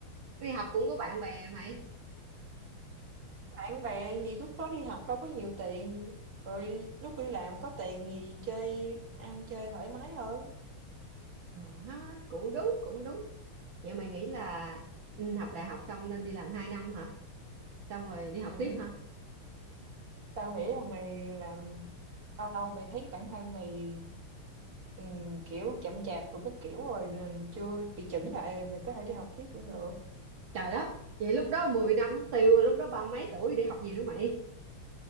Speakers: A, on the right; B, on the right.
A: Đi học cũng có bạn bè mày.
B: bạn bè thì lúc đó đi học đâu có nhiều tiền rồi lúc đi làm có tiền thì chơi ăn chơi thoải mái hơn
A: Ờ ha, cũng đúng cũng đúng. Vậy mày nghĩ là ừ, học đại học xong nên đi làm 2 năm hả? Xong rồi đi học
B: ừ.
A: tiếp hả?
B: tao nghĩ là mày làm bao lâu mày thấy bản thân mày ừ, kiểu chậm chạp rồi cái kiểu rồi nên chưa bị chỉnh lại rồi mày có thể đi học tiếp cũng được
A: Trời đất, vậy lúc đó 10 năm mất tiêu rồi, lúc đó ba mấy tuổi đi học gì nữa mày?